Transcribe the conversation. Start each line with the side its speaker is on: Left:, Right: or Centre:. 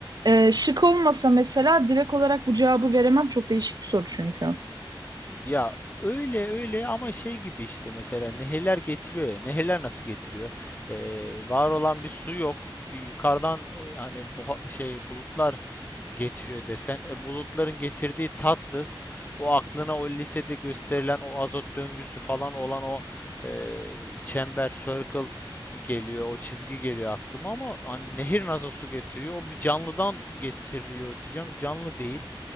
Right: e, şık olmasa mesela direkt olarak bu cevabı veremem. Çok değişik bir soru çünkü.
Left: Ya öyle öyle ama şey gibi işte mesela nehirler getiriyor ya. Nehirler nasıl getiriyor? Ee, var olan bir su yok. Yukarıdan e, hani bu şey bulutlar getiriyor desen. E, bulutların getirdiği tatsız. O aklına o lisede gösterilen o azot döngüsü falan olan o e, çember, circle geliyor. O çizgi geliyor aklıma ama hani nehir nasıl su getiriyor? O bir canlıdan getiriyor diyeceğim. Canlı değil